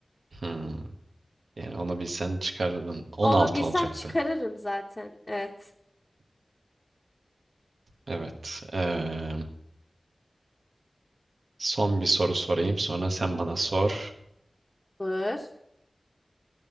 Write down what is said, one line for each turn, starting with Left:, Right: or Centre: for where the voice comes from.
Right: Hmm. Yani onu bilsen çıkarırdın. 16
Left: Onu bilsem
Right: olacaktı.
Left: çıkarırım zaten. Evet.
Right: Evet. Eee, son bir soru sorayım. Sonra sen bana sor.
Left: Olur.